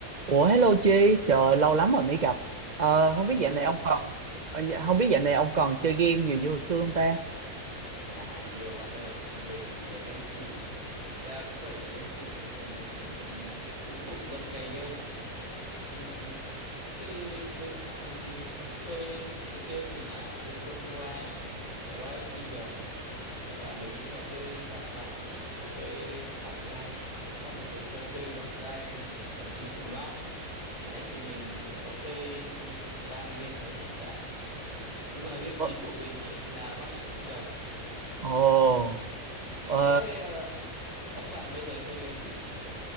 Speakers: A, on the right; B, on the left.
A: Ủa hello Chi, trời lâu lắm rồi mới gặp. Ờ, không biết
B: Hello,
A: dạo này ông còn ờ, dạ- không biết dạo này ông còn chơi game nhiều như hồi xưa không ta?
B: à nhiều bạn ơi, mình thì là game thủ, thực ra cũng phải là game thủ nhưng mà mình cũng thuộc dân cày game ấy. Ừm, Khi mình dạo này thì mình vẫn chơi những cái game như là Liên Quân Mobile này, Rise of Kingdom và mấy cái trò chơi lặt vặt ý, trò chơi offline. Đấy, có một số trò chơi offline là bắn trứng khủng long. Đấy thì mình có chơi ba cái game ấy hiện tại. Đấy. Nhưng mà game
A: Ủa,
B: chính của mình ấy là Rise of Kingdom.
A: Ồ,
B: Ừ,
A: ờ,
B: thế ờ, ông bạn bây giờ chơi game gì?